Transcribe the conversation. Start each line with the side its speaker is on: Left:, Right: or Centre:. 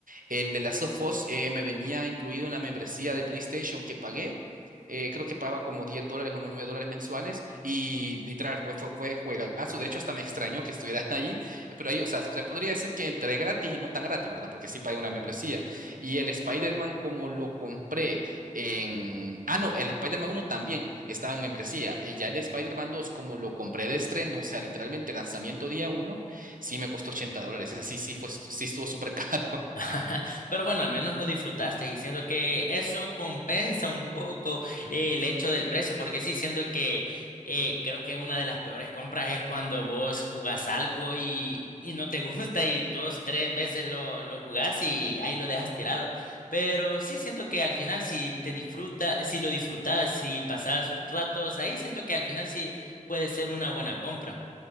Right: El de Last of Us eh, me venía incluido en la membresía de PlayStation que pagué. eh, creo que pagaba como 10 dólares o 9 dólares mensuales y literal fue, fue, fue juegazo. De hecho, hasta me extrañó que estuviera <laughs> ahí, pero ahí, o sea, se podría decir que entre gratis y no tan gratis, ¿verdad? Porque sí pagué una membresía. Y el Spider-Man, como lo compré en... Ah, no, el Spider-Man 1 también estaba en membresía. Eh, Ya el Spider-Man 2, como lo compré de estreno, o sea, literalmente lanzamiento día uno, sí me costó 80 dólares. Ese sí, sí, fue, sí estuvo súper <laughs> caro.
Left: <laughs> Pero bueno, al menos lo disfrutaste y siento que eso compensa un poco eh, el hecho del precio, porque sí, siento que eh, creo que una de las peores compras es cuando vos jugás algo y, y no te <laughs> gusta y dos, tres veces lo, lo jugás y ahí lo dejas tirado. Pero sí siento que al final si te disfruta, si lo disfrutas, si pasas ratos ahí, siento que al final sí puede ser una buena compra.